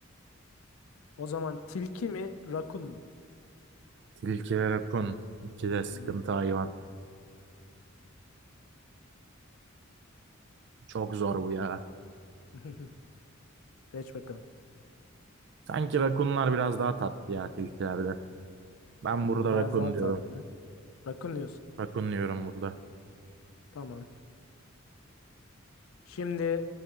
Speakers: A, on the left; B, on the right.
A: O zaman tilki mi rakun mu?
B: Tilki ve rakun. İki de sıkıntı
A: Hmm.
B: hayvan. Çok zor bu ya.
A: <laughs> Seç bakalım.
B: Sanki rakunlar biraz daha tatlı ya tilkilerde. Ben burada
A: Biraz
B: rakun
A: daha tatlı.
B: diyorum.
A: Rakun diyorsun.
B: Rakun diyorum burada.
A: Tamam. Şimdi